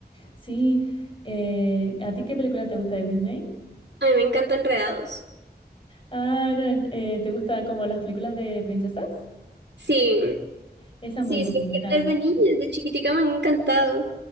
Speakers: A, on the left; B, on the right.
A: Sí, eh, ¿a ti qué película te gusta de Disney?
B: A mí me encantan enredados.
A: Ah, no, eh, ¿te gustan como las películas de princesas?
B: Sí,
A: Esa es
B: sí,
A: muy bonita.
B: siempre desde niña, desde chiquitica me han encantado.